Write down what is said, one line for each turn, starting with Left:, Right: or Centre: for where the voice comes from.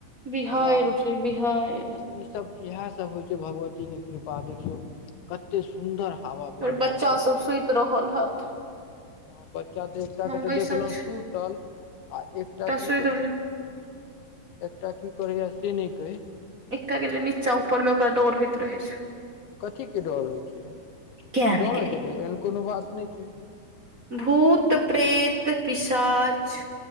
Right: बिहाड़ि
Left: भगवान।
Right: उठले बिहाड़ि
Left: <unintelligible> सब इएहे सब होय छै भगवती के कृपा देखियौ। कते सुन्दर हवा
Right: हमर
Left: बैह रहल
Right: बच्चा
Left: अइछ।
Right: सब सुति रहल हथ।
Left: हँ बच्चा तऽ एकटा के
Right: बैसल
Left: तऽ देखलौ
Right: छी
Left: सुूतल आ एकटा की
Right: सुति
Left: कर-
Right: रहले
Left: एकटा की करेैया से नै कैह।
Right: एकटा गेलेै नीचा ऊपर मे ओकरा डर होइत रहै छै।
Left: कथी के डर होय छै
Right: किया ने
Left: डरऽ
Right: गेलियै
Left: के तऽ एहन कोनो बात नै छै।
Right: भूत, प्रेत, पिशाच।